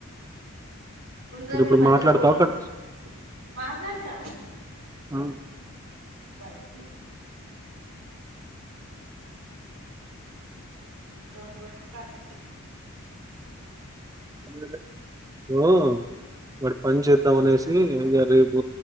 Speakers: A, on the right (about 80°); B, on the right (about 15°).
A: గుండ్రగా
B: సరే ఇప్పుడు
A: ఉండి మధ్యలో
B: మాట్లాడతావా
A: హోల్ ఉంటది
B: కట్
A: మాట్లాతా
B: అ
A: పడితే ఇక్కడ ఒక ఉప్పు ప్యాకెట్టు
B: అద సో వాడి పని చేద్దాం అనేసి ఇంకా రేపు